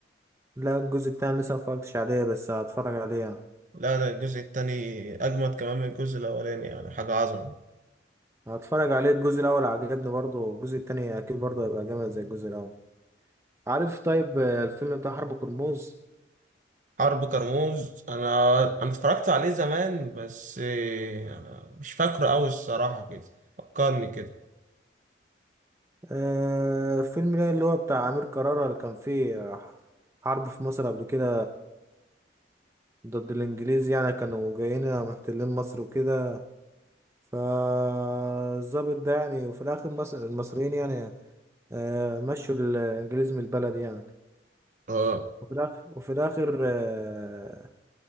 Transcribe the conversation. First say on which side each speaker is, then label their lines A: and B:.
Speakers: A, on the right; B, on the right.
A: لا الجزء التاني لسه متفرجتش عليه بس هتفرج عليه يعني.
B: لا ده الجزء التاني أجمد كمان من الجزء الأولاني يعني حاجة عظمة
A: هتفرج عليه الجزء الاول عجبني برضه الجزء التاني اكيد برضه هيبقى جامد زي الجزء الاول عارف طيب آه، الفيلم بتاع حرب كرموز
B: حرب كرموز أنا أنا اتفرجت عليه زمان بس إيه، أنا مش فاكره أوي الصراحة كده فكرني كده
A: آه فيلم ده اللي هو بتاع أمير كرارة اللي كان فيه حرب في مصر قبل كده ضد الإنجليز يعني كانوا جايين محتلين مصر وكده فالظابط ده يعني وفي الآخر مصر المصريين يعني آه مشوا الإنجليز من البلد يعني
B: اه
A: وفي الآخر وفي الآخر آه،